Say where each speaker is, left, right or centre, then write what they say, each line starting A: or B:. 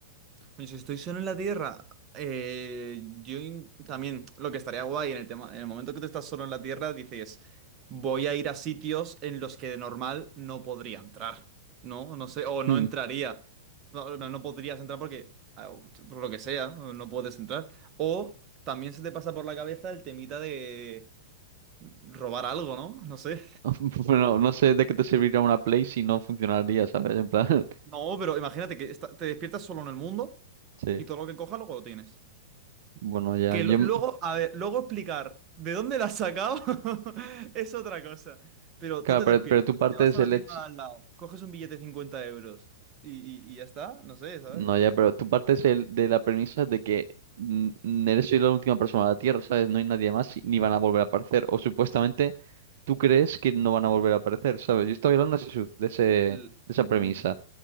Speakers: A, on the right; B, on the right.
A: coño, si estoy solo en la Tierra, eh, yo in- también lo que estaría guay en el tema, en el momento que tú estás solo en la Tierra, dices, voy a ir a sitios en los que de normal no podría entrar, ¿no? No sé, o no
B: Hmm.
A: entraría. No, no, no podrías entrar porque, ah, por lo que sea, no puedes entrar. O también se te pasa por la cabeza el temita de... robar algo, ¿no? No sé.
B: <laughs> Bueno, no sé de qué te serviría una Play si no funcionaría, ¿sabes? En plan, <laughs>
A: No, pero imagínate que esta- te despiertas solo en el mundo
B: sí.
A: y todo lo que cojas luego lo tienes.
B: Bueno, ya,
A: Que
B: yo,
A: lo-
B: m-
A: luego, a ver, luego explicar de dónde la has sacado <laughs> es otra cosa. Pero
B: claro,
A: tú te
B: pero,
A: despiertas,
B: pero tu parte
A: te vas
B: es
A: a
B: el
A: la tienda
B: hecho,
A: de al lado, coges un billete de 50 euros y, y- y ya está, no sé, ¿sabes?
B: no, ya, pero tu parte es el de la premisa de que mm, mm, eres la última persona de la Tierra, ¿sabes? No hay nadie más y ni van a volver a aparecer, o supuestamente tú crees que no van a volver a aparecer, ¿sabes? Yo estaba hablando de, ese, su- de ese- de
A: L-
B: esa
A: mm,
B: premisa,